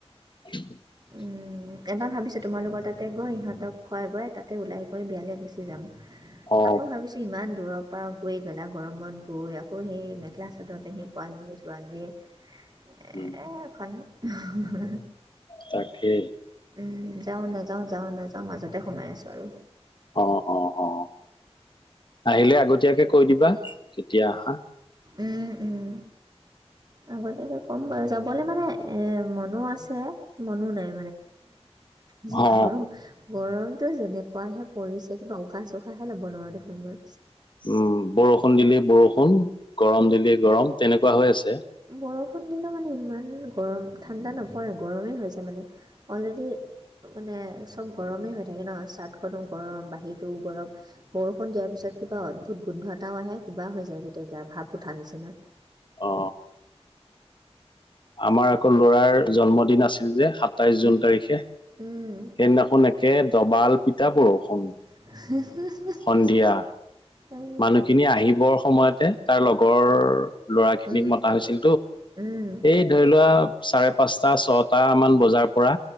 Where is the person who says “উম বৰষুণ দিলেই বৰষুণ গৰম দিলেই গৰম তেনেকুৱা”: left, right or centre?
Left